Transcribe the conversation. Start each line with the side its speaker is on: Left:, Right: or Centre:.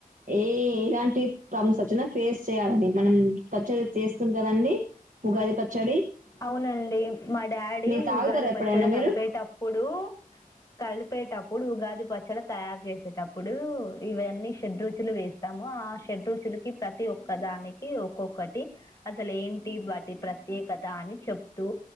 Right: ఏ ఎలాంటి ప్రాబ్లమ్స్ వచ్చిన ఫేస్ చేయాలని మనం పచ్చడి చేస్తున్నం కదండి ఉగాది పచ్చడి
Left: అవునండి మా డాడీ
Right: మీరు తాగుతారా
Left: ఉగాది
Right: ఎప్పుడైనా
Left: పచ్చడి
Right: మీరు
Left: కలిపేటప్పుడు కలిపేటప్పుడు ఉగాది పచ్చల తయారు చేస్త టప్పుడు ఇవన్నీ షెడ రుచులు వేస్తాము ఆ షెడ రుచులు కి ప్రతి ఒక్క దానికి ఒక్కొక్కటి అసలు ఏంటి వాటి ప్రత్యేకత అని చెప్తూ